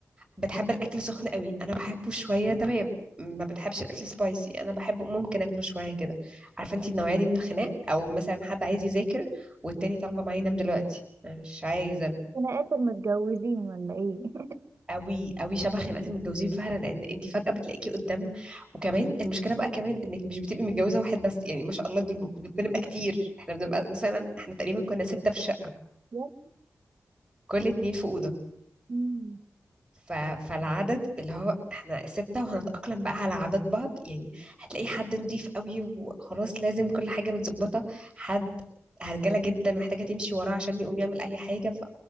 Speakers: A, on the right; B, on the right.
A: بتحب الاكل سخن قوي انا بحبه شويه تمام ما بتحبش الاكل سبايسي انا بحبه ممكن اكله شويه كده عارفه انت النوعيه دي من الخناق او مثلا حد عايز يذاكر والتاني طالبه معايا ينام دلوقتي انا مش عايزه
B: خناقات المتجوزين ولا إيه؟ <laughs>
A: قوي قوي شبه خناقات المتجوزين فعلا لان انت فجأة بتلاقيكي قدام وكمان المشكلة بقى كمان انك مش بتبقي متجوزة واحد بس يعني ما شاء الله دي ب- بنبقى كتير احنا بنبقى مثلا احنا تقريبا كنا ستة في الشقة
B: يا
A: كل اتنين في أوضة
B: لهوي.
A: ف... فالعدد اللي هو احنا ستة وهنتأقلم بقى على عادات بعض يعني هتلاقي حد نضيف قوي وخلاص لازم كل حاجة متظبطة حد هرجلة جدا محتاجة تمشي وراه عشان يقوم يعمل أي حاجة ف...